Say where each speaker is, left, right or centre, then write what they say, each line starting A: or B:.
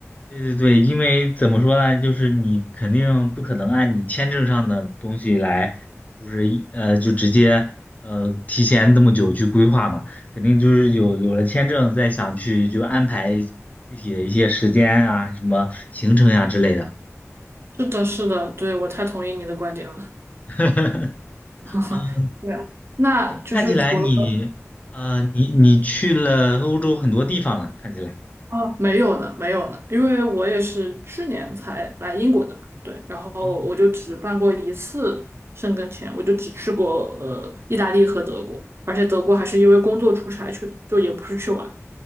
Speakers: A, on the left; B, on the right.
A: 对对对，因为怎么说呢，就是你肯定不可能按你签证上的东西来，就是一呃就直接呃提前这么久去规划嘛，肯定就是有有了签证再想去就安排具体的一些时间啊、什么行程呀、之类的。
B: 是的，是的，对，我太同意你的观点了。
A: <laughs>
B: <laughs>
A: 嗯，
B: 对，啊，那就是除了
A: 看起来你呃你你去了欧洲很多地方了，看起来。
B: 啊，哦没有呢，没有呢，因为我也是去年才来英国的嘛，对，然后我就只办过一次申根签，
A: 哦
B: 我就只去过呃意大利和德国，而且德国还是因为工作出差去的，就也不是去玩，然